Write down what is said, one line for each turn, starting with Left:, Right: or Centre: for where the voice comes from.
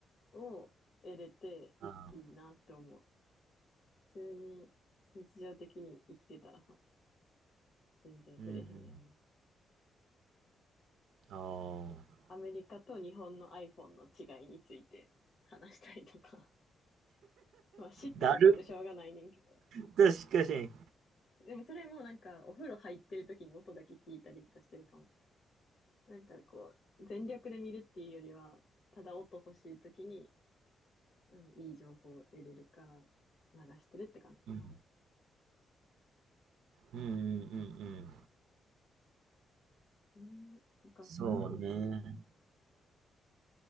Left: を得れていいなって思う。
Right: ああ、
Left: 普通に日常的に生きてたらさ、全然触れへんような。
Right: うん。ああ。
Left: アメリカと日本の iPhone の違いについて話したりとか。<laughs> まあ知ったところでしょうがないねんけど。
Right: だるっとしかし、
Left: でもそれもなんかお風呂入ってる時に音だけ聞いたりとかしてるかも。なんかこう、全力で見るっていうよりは、ただ音欲しい時に、うん、いい情報を得れるから流してるって感じかな。
Right: うん。うんうんうんうん。う
Left: うん、がっつり見る。
Right: そうね。